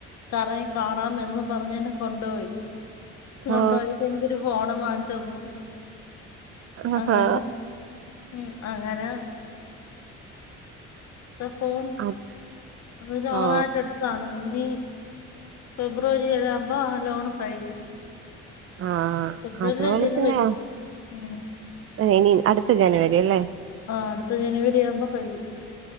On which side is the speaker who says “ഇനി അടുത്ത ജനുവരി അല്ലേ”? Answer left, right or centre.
Right